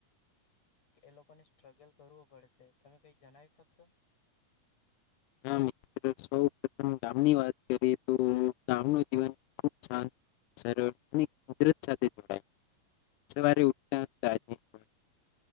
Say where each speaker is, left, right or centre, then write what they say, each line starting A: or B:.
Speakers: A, on the left (about 55°); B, on the left (about 85°).
A: એ લોકોને સ્ટ્રગલ કરવું પડશે તમે કઈ જણાવી શકશો
B: હા મિત્ર સૌ પ્રથમ ગામની વાત કરીએ તો ગામનું જીવન ખૂબ શાંત સરળ અને કુદરત સાથે જોડાયેલ હોય સવારે ઉઠતા તાજી હવા,